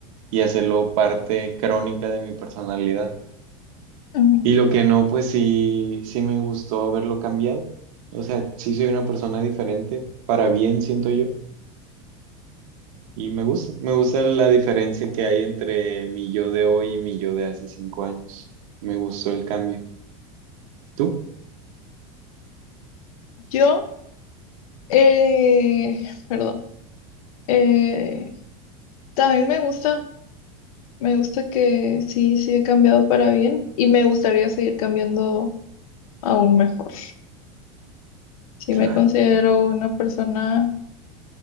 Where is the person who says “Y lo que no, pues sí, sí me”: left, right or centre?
Right